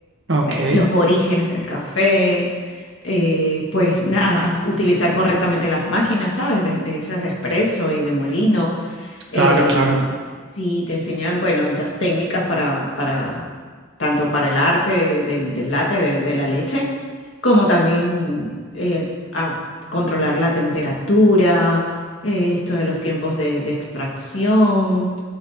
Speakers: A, on the right; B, on the left.
A: Ok.
B: eh, los orígenes del café, eh, pues nada, utilizar correctamente las máquinas, ¿sabes? De, de esas de espresso y de molino. eh,
A: Claro, claro,
B: y te enseñan, bueno, las técnicas para, para tanto para el arte de- del, del latte, de, de la leche, como también eh, a controlar la temperatura, eh, esto de los tiempos de, de extracción,